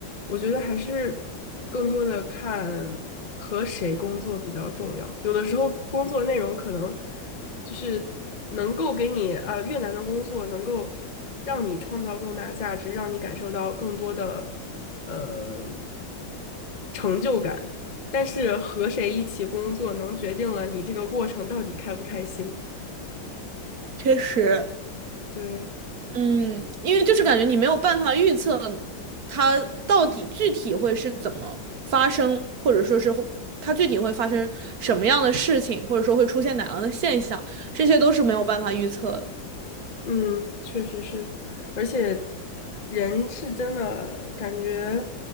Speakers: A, on the left; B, on the right.
A: 我觉得还是更多的看和谁工作比较重要。有的时候工作内容可能就是能够给你啊、呃越难的工作能够让你创造更大价值，让你感受到更多的呃成就感。但是和谁一起工作，能决定了你这个过程到底开不开心。
B: 确实，
A: 对。
B: 嗯，因为就是感觉你没有办法预测它到底具体会是怎么发生，或者说是会它具体会发生什么样的事情，或者说会出现哪样的现象，这些都是没有办法预测的。
A: 嗯，确实是，而且人是真的感觉